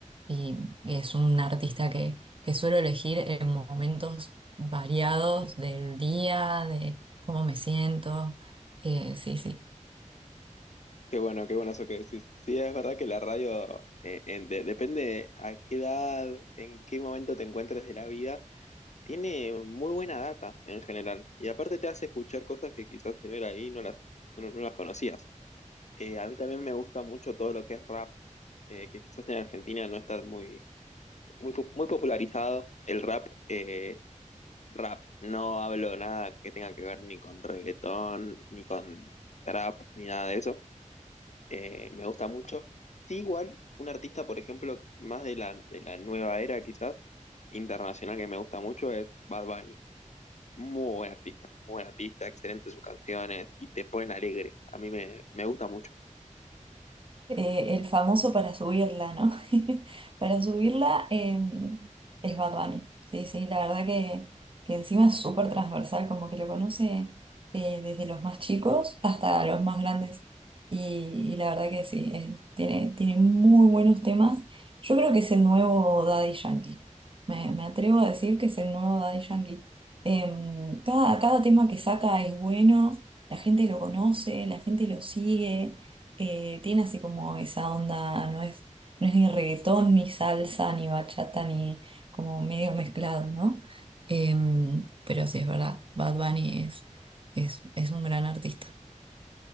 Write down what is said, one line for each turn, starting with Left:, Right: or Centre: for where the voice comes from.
Right: y es un artista que, que suelo elegir en momentos variados del día, de cómo me siento. Eh, sí, sí.
Left: Qué bueno, qué bueno eso que decís. Sí, es verdad que la radio, eh, en- de- depende a qué edad, en qué momento te encuentres de la vida, tiene muy buena data en general. Y aparte te hace escuchar cosas que quizás si no era ahí no las, no, no las conocías. Eh, a mí también me gusta mucho todo lo que es rap, eh, que quizás en Argentina no está muy, muy, po- muy popularizado. El rap, eh, rap, no hablo nada que tenga que ver ni con reggaetón, ni con trap, ni nada de eso eh, me gusta mucho. Sí, igual, un artista, por ejemplo, más de la, de la nueva era quizás, internacional que me gusta mucho es Bad Bunny. Muy buen artista, muy buen artista, excelente sus canciones y te ponen alegre. A mí me, me gusta mucho.
Right: eh, el famoso para subirla, ¿no? <laughs> Para subirla eh, es Bad Bunny. Sí, sí, la verdad que, que encima es súper transversal, como que lo conoce eh, desde los más chicos hasta los más grandes. Y, y la verdad que sí, eh, tiene, tiene muy buenos temas. Yo creo que es el nuevo Daddy Yankee. Me, me atrevo a decir que es el nuevo Daddy Yankee. Em, cada, cada tema que saca es bueno, la gente lo conoce, la gente lo sigue eh, tiene así como esa onda, no es, no es ni reggaetón, ni salsa, ni bachata, ni como medio mezclado, ¿no? Em, pero sí, es verdad, Bad Bunny es, es, es un gran artista.